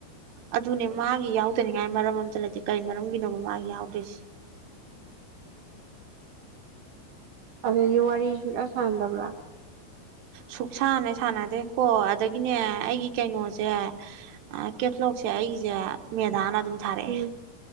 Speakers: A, on the right (about 85°); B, on the right (about 65°).
A: ꯑꯗꯨꯅꯦ ꯃꯥꯒꯤ ꯌꯥꯎꯗꯅꯤꯉꯥꯏ ꯃꯔꯝ ꯑꯃꯝꯇ ꯂꯩꯇꯦ ꯀꯩ ꯃꯔꯝꯒꯤꯅꯣ ꯃꯥ ꯍꯥꯎꯗꯤꯁ
B: ꯑꯗꯨꯗꯒꯤ ꯋꯥꯔꯤ ꯁꯨꯛꯁꯥꯟ ꯁꯥꯟꯗꯕ꯭ꯔꯥ
A: ꯁꯨꯛꯁꯥꯟ ꯍꯦꯛ ꯁꯥꯟꯅꯗꯦꯀꯣ ꯑꯗꯒꯤꯅꯦ ꯑꯩꯒꯤ ꯀꯩꯅꯣꯖꯦ ꯀꯦꯠꯂꯣꯛꯁꯦ ꯑꯩꯒꯤꯖꯦ ꯃꯦꯗꯥꯅ ꯑꯗꯨꯝ ꯊꯥꯔꯛꯑꯦ
B: ꯎꯝ